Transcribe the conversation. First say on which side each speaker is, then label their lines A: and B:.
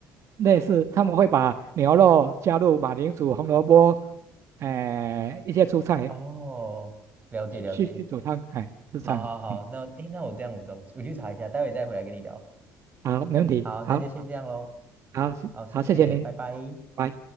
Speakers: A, on the right; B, on the right.
A: 类似他们会把牛肉加入马铃薯、红萝卜，哎、一些蔬菜
B: 哦，了解了解，
A: 去去去煮汤，哎，是这样，
B: 好好好，
A: 嗯，
B: 那哎诶，那我这样我走，我去查一下，待会再回来跟你聊。
A: 好，没问题，
B: 好，那就先这样喽。
A: 好，好，好，谢好谢谢您，
B: 好，谢谢，拜拜。
A: 拜。